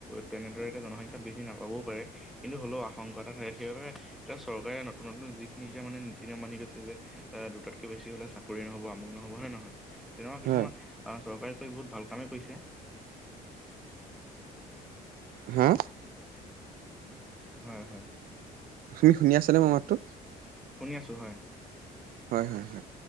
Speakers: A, in the centre; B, on the right.
A: তেনেদৰে জনসংখ্যা বৃদ্ধি নাপাবও পাৰে কিন্তু হ'লেও আশংকা এটা থাকে সেইবাবে এতিয়া চৰকাৰে নতুন নতুন যিখিনি এতিয়া মানে নীতি নিয়ম মানি গৈছে যে দুটাতকে বেছি হলে কৰি নহব আমুক নহব হয় নে নহয় তেনেকুৱা কিছুমান
B: হয়
A: আহ চৰকাৰে কৈ বহুত ভাল কামেই কৰিছে
B: হা
A: হয় হয়।
B: তুমি শুনি আছা নে মোৰ মাতটো?
A: শুনি আছো হয়।
B: হয় হয় হয়।